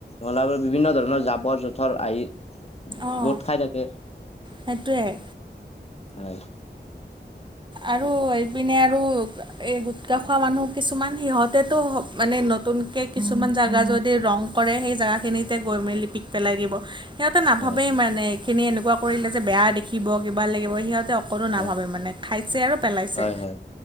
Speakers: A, on the left; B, on the right.
A: নলাবোৰত বিভিন্ন ধৰণৰ জাবৰ জো পথৰ আহি,
B: অঁ
A: গোট খাই থাকে,
B: সেইটোৱে
A: হয়।
B: আৰু এইপিনে আৰু এই গোটকা খোৱা মানুহ কিছুমান, সিহঁতেতো মানে নতুনকৈ কিছুমান জেগা যদি ৰং কৰে, সেই জেগাখিনিতে গৈ মেলিপিক পেলাই দিব। সিহঁতে নাভাবেই
A: হয়
B: মানে, এইখিনি এনেকুৱা কৰিলে যে বেয়া দেখিব কিবা লাগিব সিহঁতে সকলো
A: হয়
B: নাভাবে মানে, খাইছে আৰু পেলাইছে
A: হয় হয় হয়